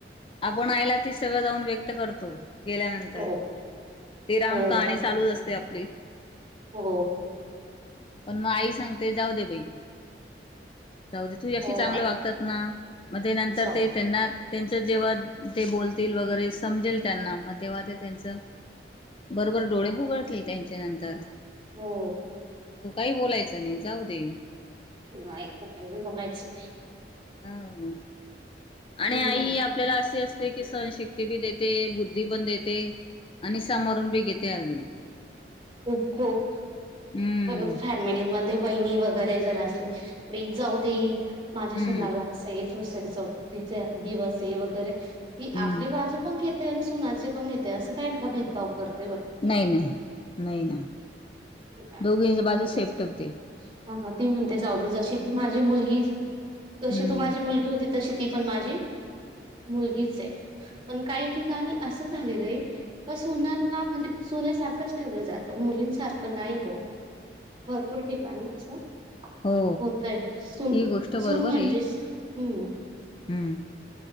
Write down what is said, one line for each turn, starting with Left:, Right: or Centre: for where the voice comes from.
Left: आपण आयला ती सगळं जाऊन व्यक्त करतो गेल्यानंतर
Right: हो
Left: ती राम
Right: हो
Left: कहाणी
Right: का
Left: चालूच असते आपली.
Right: हो
Left: पण मग आई सांगते जाऊ दे बाई जाऊ दे तूज्याशी
Right: हो
Left: चांगलं
Right: आई
Left: वागतात ना, मग ते नंतर
Right: जाऊ
Left: ते त्यांना त्यां जेव्हा ते बोलतील वगैरे समजेल त्यांना मग तेव्हा ते त्यांच बरोबर डोळे फुगडतील त्यांच्या नंतर
Right: हो
Left: तो काही बोलायचा नाही जाऊ दे
Right: नाही बो काय बोघायचं नाही
Left: ह ह आणि
Right: हो,
Left: आई आपल्याला असशी असते की सहनशक्ती बी देते, बुद्धी पण देते आणि सामोरून बी घेते अजून
Right: खूप खूप
Left: हम्म
Right: परत फॅमिलीमध्ये ते बहिणी वगैरे जर असले बी जाऊ दे माझे
Left: हम्म
Right: सुनाला असं आहे ततस <unintelligible> आता दिवस हे वगैरे ती
Left: हम्म
Right: आपली बाजू पण घेत ते आणि सोनाचे पण घेते असं काही नाही का भेदभव करत
Left: नाही नाही नाही ना
Right: नाही
Left: दोघ इंजबाजू
Right: ती म्हणतेच
Left: सेफ ठेवते
Right: हां, ती म्हणते जाऊ दे जशी ती माझी मुलगी
Left: हम्म
Right: तशी तू माझी मुलगी होती. तशी ती पण माझी मुलगीच आहे, पण काय? ठिकाणी असं झालेल आहे का सुनांना म्हणजे सुनेसारखंच ठेवलं जात मुलींसारखं नाही हो भरपूर ठिकाणी असं
Left: हो
Right: होतय सून
Left: ही गोष्ट
Right: सून
Left: बरोबर
Right: म्हणजेच
Left: आहे
Right: हम्
Left: हम्म